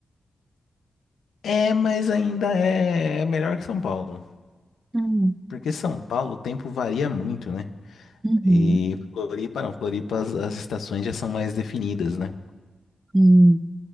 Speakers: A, on the left (about 80°); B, on the right (about 25°).
A: É, mas ainda é é melhor que São Paulo.
B: Hum,
A: Porque São Paulo o tempo varia muito, né?
B: uhum,
A: E Floripa não, Floripa as, as estações já são mais definidas, né?
B: hum,